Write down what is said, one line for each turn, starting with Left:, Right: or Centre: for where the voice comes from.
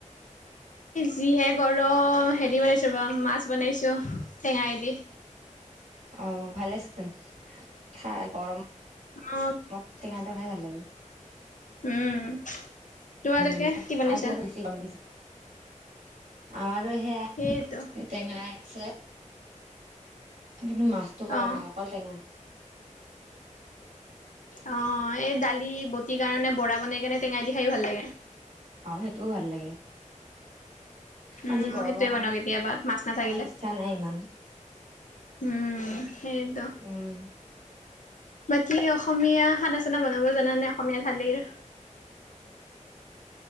Left: যিহে গৰম হেৰি বনাইছো বা মাছ বনাইছো টেঙাই দি <inaudible>
Right: আহ ভালে আ খাই গৰম
Left: অ
Right: মতেে খানটো খাই ভাল লাগে।
Left: উম তোমালোকে
Right: উম
Left: কি বানিছা?
Right: আজি আৰু বেছি গৰম দিছে আমাৰো সেয়া
Left: সেইটো
Right: টেঙাই আছে। কিন্তু মাছতটো কৰা
Left: অ
Right: নাই অকল টেঙা
Left: অ এই দালি বটি কাৰণে বৰা বনাই কেনে টেঙাই দি খায়ো ভাল লাগে।
Right: অ সেইটোও ভাল লাগে।
Left: উম
Right: আজি
Left: মই
Right: গৰমৰ
Left: সেইটোয়ে
Right: কাৰণে
Left: বনওঁ কেতিয়াবা মাছ নাথাকিলে।
Right: ইচ্ছা নাই ইমান
Left: উম সেইটো-
Right: উম
Left: বাকী অসমীয়া খানা চানা বনাব জানানে অসমীয়া থঢালিৰ